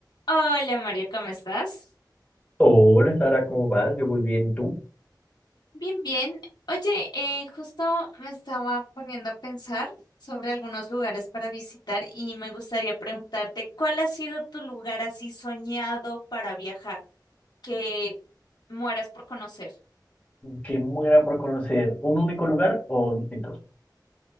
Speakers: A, on the left; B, on the left.
A: Hola María, ¿cómo estás?
B: Hola, Sara, ¿cómo vas? Yo muy bien, ¿y tú?
A: Bien, bien. Oye, eh, justo me estaba poniendo a pensar sobre algunos lugares para visitar y me gustaría preguntarte, ¿cuál ha sido tu lugar así soñado para viajar que mueras por conocer?
B: Qué muera por conocer un único lugar o distintos.